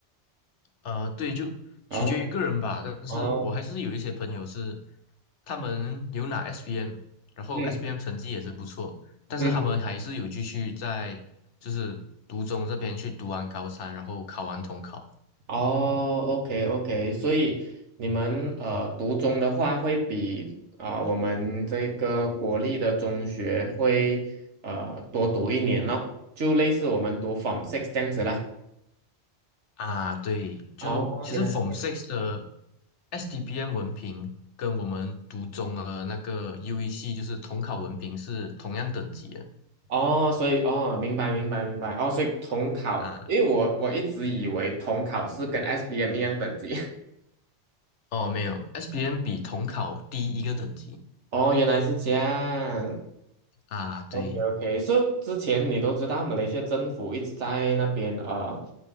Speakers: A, on the left; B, on the right.
A: 呃，对，就取决于个人吧，
B: 哦
A: 但是我还是有一些朋友是
B: 哦，
A: 他们有拿 SPM，然后
B: 嗯
A: SPM 成绩也是不错，但是他们还是有继续在就是读中这边去读完高三，
B: 嗯。
A: 然后考完统考。
B: 哦，OK OK，所以你们呃读中的话，会比啊、我们这个国立的中学会呃多读一年咯，就类似我们读 Form Six 这样子啦。
A: 啊，对，就其实
B: 哦，原来
A: Form Six 的 s d b m 文凭跟我们读中的那个 UEC 就是统考文凭是同样等级的
B: 哦，所以哦，明白明白明白哦，所以统考，
A: 啊。
B: 因为我我一直以为统考是跟 s B m 一样等级，<laughs>
A: 哦，没有 s b m 比统考低一个等级
B: 哦，原来是这样。
A: 啊。
B: OK
A: 对，
B: OK，so, 之前你都知道，马来西亚政府一直在那边呃